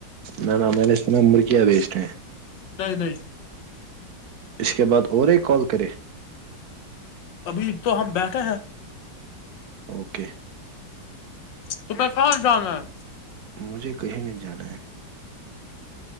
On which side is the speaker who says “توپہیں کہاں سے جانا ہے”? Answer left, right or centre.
Left